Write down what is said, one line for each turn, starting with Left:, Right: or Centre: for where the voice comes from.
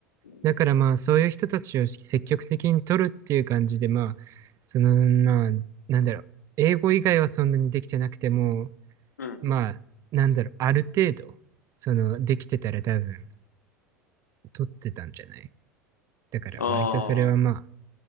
Right: だからまあ、
Left: ん
Right: そういう人たちを積極的に取るっていう感じで、まあ、その、まあ、なんだろう、英語以外はそんなにできてなくても、
Left: うんうん。うん。
Right: まあ、なんだろう、ある程度、その、できてたら多分、取ってたんじゃないだから、
Left: ああ、
Right: 割とそれはまあ、